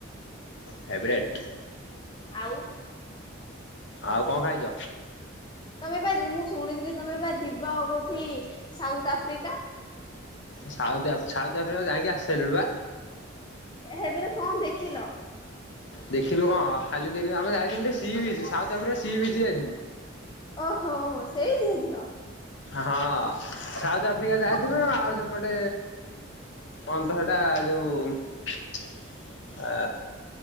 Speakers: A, on the left; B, on the left.
A: ଫେବ୍ରେଟେ।
B: ଆଉ।
A: ଆଉ କଣ ଖାଇଛ?
B: ତମେ ବା ମୁଁ ଶୁଣିଥିଲି ତମେ ବା ଯିବ ହ କୋଠି ସାଉଥ ଆଫ୍ରିକା।
A: ସାଉ ସାଉଥ ଆଫ୍ରିକା ଯାଇକି ଆସି ସାରିଲୁ ବା।
B: ହେଦରେ କଣ ଦେଖିଲ?
A: ଦେଖିଲୁ କଣ ଖାଲି ଦେଖିଲୁ ଆମେ ଯାଇଥିଲୁ C B south Africa C B ଯାଇଥିଲୁ।
B: ଓହୋ ହୋ ସେଇଠ ହେଇଥିଲ?
A: ହଁ ସାଉଥ ଆଫ୍ରିକା ଯାଇଥ
B: କ-
A: ନା ଆଉ ସେପଟେ କଣ ତ ସେଟା ଯୋଉ ଆ